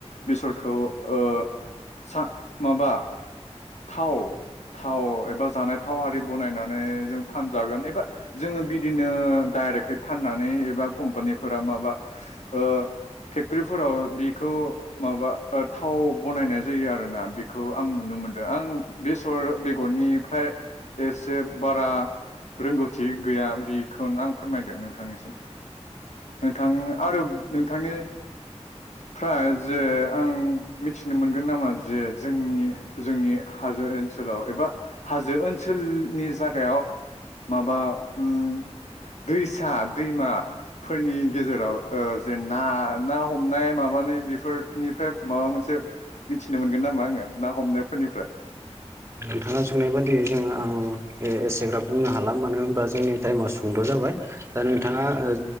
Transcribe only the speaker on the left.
बेसरखौ ओ सा माबा थाव थाव एबा जानाय थाव आरि बनायनानै जों फानजागोन एबा जोङो बिदिनो डाइरेकै फाननानै एबा कम्पानिफोरा माबा ओ फेक्टरिफोराव बेखौ माबा थाव बनायनाय जायो आरोना बेखौ आं नुनो मोनदों। आं बेसर बेगरनिफ्राय एसे बारा रोंगौथि गैया बिखौनो आं फोरमायदों नोंथांनिसिम। नोंथां आरो नोंथांनि फ्राय जे आं मिथिनो मोनगोन नामा जे जोंनि जोंनि हाजो ओ नसोलाव एबा हाजो ओनसोलनि जागायाव माबा उम दैसा दैमा फोरनि गेजेराव ओ जे ना ना हमनाय माबानाय बेफोरनिफ्राय माबा मोनसे मिथिनो मोनगोन नामा ओमबा ना हमनायफोरनिफ्राय।